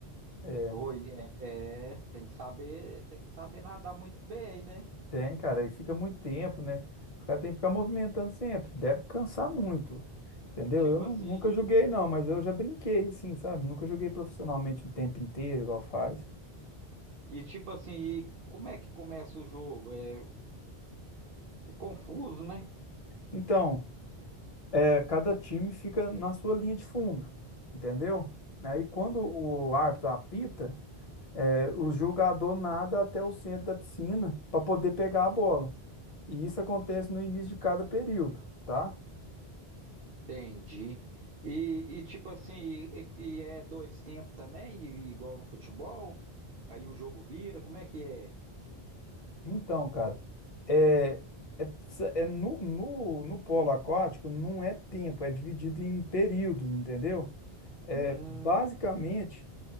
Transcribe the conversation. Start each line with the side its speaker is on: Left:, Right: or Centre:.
Left: É,
Right: Oi, é, é, tem que saber, tem que saber nadar muito bem, né?
Left: Tem, cara, e fica muito tempo, né? Os caras têm que ficar movimentando sempre, deve cansar muito, entendeu?
Right: E tipo
Left: Eu nu-
Right: assim,
Left: nunca joguei, não, mas eu já brinquei, assim, sabe? Nunca joguei profissionalmente o tempo inteiro, igual faz.
Right: e tipo assim, e como é que começa o jogo? É, é confuso, né?
Left: Então, é, cada time fica na sua linha de fundo, entendeu? Aí, quando o árbitro apita, é, o jogador nada até o centro da piscina para poder pegar a bola. E isso acontece no início de cada período, tá?
Right: Entendi. E, e, tipo assim, e, e é dois tempos também, i- igual no futebol? Aí o jogo vira, como é que é?
Left: Então, cara, é, é, precisa- é no, no, no polo aquático não é tempo, é dividido em períodos, entendeu? É,
Right: Hum,
Left: basicamente,